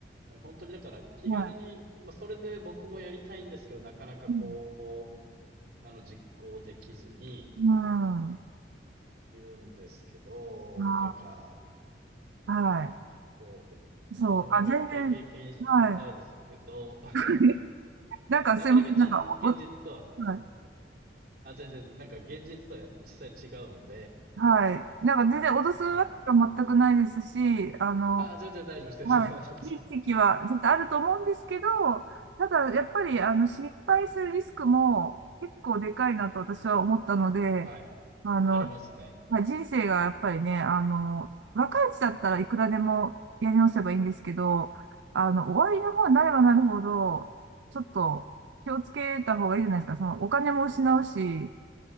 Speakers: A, on the right (about 55°); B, on the right (about 80°).
A: なんか本当にだから気軽に、
B: はい。
A: まあそれで僕もやりたいんですけど、なかなかこう、
B: うん。
A: あの実行できずに
B: うん
A: いるんですけど、
B: あ
A: なんか、
B: ーは
A: そうですね。
B: い。そう。
A: でもなんか一回経験してみたいですけど、
B: あ、全然、はい。
A: <laughs>
B: <laughs> なんかすいません。
A: な、なかなかじ、
B: なんか、
A: 現実とは、
B: お、おはい。
A: あ、全然、なんか現実とは実際違うんで、
B: はい。なんか全然脅すわけは全くないですし、
A: はい。
B: あの、
A: あ、全然大丈夫です。
B: はい。
A: 全然大丈夫です。<laughs>
B: 時期は絶対あると思うんですけど、ただやっぱりあの失敗するリスクも結構でかいなと私は思ったので、
A: はい。
B: あの、
A: ありますね。
B: まあ、人生がやっぱりね、あの、若いうちだったらいくらでもやり直せばいいんですけど、あの、終わりの方になればなるほど、ちょっと気をつけた方がいいじゃないですか。そのお金も失うし、